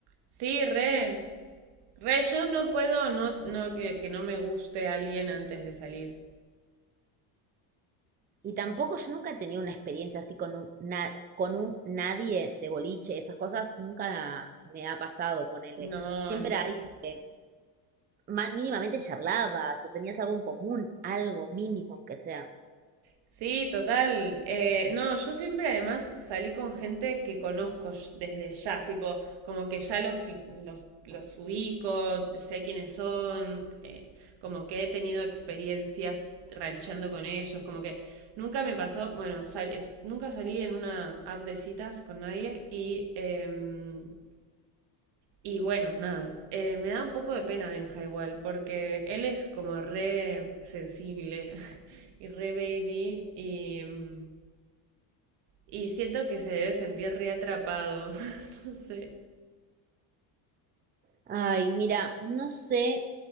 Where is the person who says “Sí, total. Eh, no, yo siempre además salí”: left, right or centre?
Right